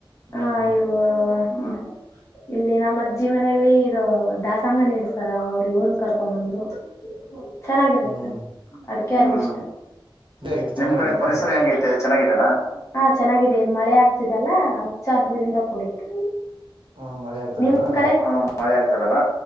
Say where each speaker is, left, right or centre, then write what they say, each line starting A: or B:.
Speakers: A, on the right; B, on the left.
A: ಹ್ಮ್
B: ಆಯ್ಯೋ ಹ್ಮ, ಇಲ್ಲಿ ನಮ್ ಅಜ್ಜಿ ಮನೇಲಿ ಇದು ದಾಸಂಗನ ಇಡ್ಸ್ತಾರ ಅವ್ರು ಇವ್ರನ್ ಕರ್ಕೊಂಬಂದು ಚೆನ್ನಾಗಿರುತ್ತೆ,
A: ಹ್ಮ್
B: ಅದಕ್ <unintelligible> ಇಷ್ಟ
A: ಐತೆ ಚೆನ್ನಾಗಿದ್ದೇನಾ
B: ನಿಮ್ ಕಡೆ ಪರಿಸರ ಹೆಂಗೈತೆ? ಚನ್ನಾಗಿದಾನ? ಹಾ ಚೆನ್ನಾಗಿದೆ ಇ ಮಳೆ ಆಗ್ತಿದೆ ಅಲ್ಲಾ ಹಚ್ಚ ಹಸ್ರಿಂದ ಕೂಡೈತಿ.
A: ಊ ಮಳೆ ಆಗ್ತದಲ್ಲಾ
B: ನಿಮ್ ಕಡೆ ಹ್ಮ್ ಮಳೆ ಆಗ್ತದಲಾ